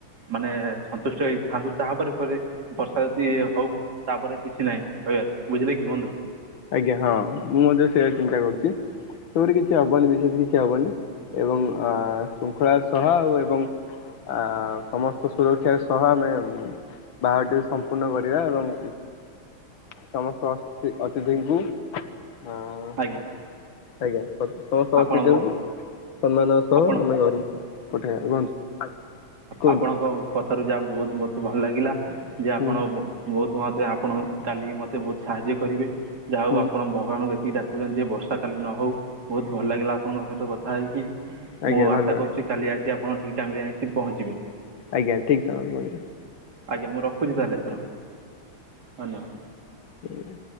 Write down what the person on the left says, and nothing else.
ଆଜ୍ଞା ହଁ ମୁଁ ମଧ୍ୟ ସେୟା ଚିନ୍ତା କରୁଛି। ସେପରି କିଛି ହବନି ବିଶେଷ କିଛି ହବନି ଏବଂ ଅ ଶୃଙ୍ଖଳା ସହ ଆଉ ଏବଂ ଆ ସମସ୍ତ ସୁରକ୍ଷାର ସହ ଆମେ ବାହାଘରଟି ସମ୍ପୂର୍ଣ୍ଣ କରିବା ଏବଂ ସମସ୍ତ ଅସ ଅତିଥିଙ୍କୁ ଅ
ଆଜ୍ଞା ସମସ୍ତ
ଅତିଥି ଙ୍କୁ ସମ୍ମାନର ସହ
ଆମେ ଘର ପଠେଇବା କୁହନ୍ତୁ ଆଜ୍ଞା କୁହନ୍ତୁ।
ହୁଁ
ହୁଁ
ଆଜ୍ଞା
ଧନ୍ୟବାଦ
ଆଜ୍ଞା ଠିକ୍ ସମୟ ରେ ପହଂଚି ଵି।
ହୁଁ।